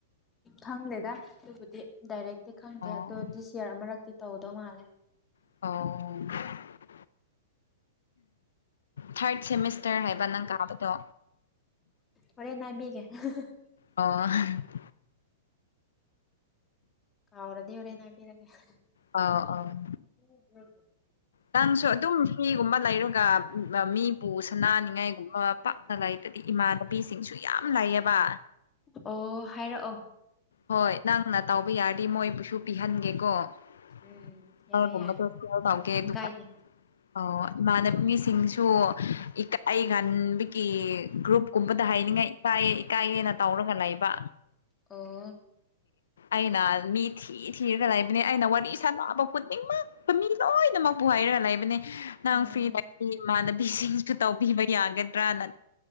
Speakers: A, on the left; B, on the left.
A: ꯈꯪꯗꯦꯗ ꯗꯨꯕꯨꯗꯤ ꯗꯥꯏꯔꯦꯛꯇꯤ ꯈꯪꯗꯦ
B: ꯑꯣ
A: ꯑꯗꯣ ꯗꯤꯁ ꯏꯌꯔ ꯃꯔꯛꯇ ꯇꯧꯗꯧ ꯃꯥꯜꯂꯦ꯫
B: ꯑꯣ ꯊ꯭ꯔꯗ ꯁꯦꯃꯤꯁꯇꯔ ꯍꯥꯏꯕ ꯅꯪ ꯀꯥꯕꯗꯣ?
A: ꯍꯣꯔꯦꯟ ꯍꯥꯏꯕꯤꯒꯦ <unintelligible>
B: ꯑꯣ <unintelligible>
A: ꯀꯥꯎ꯭ꯔꯗꯤ ꯍꯣꯔꯦꯟ ꯍꯥꯏꯕꯤꯔꯒꯦ <unintelligible>
B: ꯑ
A: <unintelligible>
B: ꯅꯪꯁꯨ ꯑꯗꯨꯝ ꯐꯤꯒꯨꯝꯕ ꯂꯩꯔꯒ ꯃꯤꯕꯨ ꯁꯅꯥꯅꯤꯡꯉꯥꯏꯒꯨꯝꯕ ꯄꯥꯛꯅ ꯂꯩꯇꯔꯤ꯫ ꯏꯃꯥꯟꯅꯕꯤꯁꯤꯡꯁꯨ ꯌꯥꯝ ꯂꯩꯑꯕ꯫
A: ꯑꯣ ꯍꯥꯏꯔꯛꯑꯣ꯫
B: ꯍꯣꯏ ꯅꯪꯅ ꯇꯧꯕ ꯌꯥꯔꯗꯤ ꯃꯣꯏꯕꯨꯁꯨ ꯄꯤꯍꯟꯒꯦꯀꯣ꯫
A: ꯎꯝ
B: <unintelligible>
A: ꯌꯥꯏꯌꯦ ꯌꯥꯏ
B: ꯇꯧꯒꯦ
A: ꯀꯩꯝ
B: ꯗꯨꯒ
A: ꯀꯥꯏꯗꯦ
B: ꯑꯧ ꯏꯃꯥꯟꯅꯕꯤꯁꯤꯡꯁꯨ ꯏꯀꯥꯏꯔꯟꯕꯒꯤ ꯒ꯭ꯔꯨꯞꯀꯨꯝꯕꯗ ꯍꯥꯏꯅꯤꯡꯉꯥꯏ ꯏꯥꯏꯌꯦ ꯏꯀꯥꯏꯌꯦꯅ ꯇꯧꯔꯒ ꯂꯩꯕ꯫
A: ꯑꯣ
B: ꯑꯩꯅ ꯃꯤꯊꯤ ꯊꯤ ꯊꯤꯔꯒ ꯂꯩꯕꯅꯦ ꯑꯩꯅ ꯋꯥꯔꯤ ꯁꯥꯟꯕ ꯈꯨꯗꯤꯡꯃꯛꯇ ꯃꯤ ꯂꯣꯏꯅꯃꯛꯄꯨ ꯍꯥꯏꯔꯒ ꯂꯩꯕꯅꯦ꯫ ꯅꯪ
A: ꯎꯝ
B: ꯐ꯭ꯔꯤ ꯂꯩꯗꯤ ꯏꯃꯥꯟꯅꯕꯤꯁꯤꯡꯁꯨ ꯇꯧꯕꯤꯕ ꯌꯥꯒꯗ꯭ꯔꯥꯅ